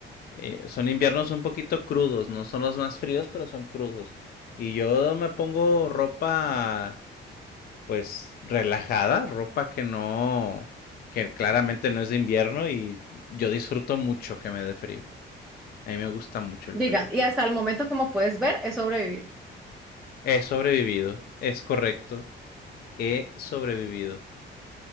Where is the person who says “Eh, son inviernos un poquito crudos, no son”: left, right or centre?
Left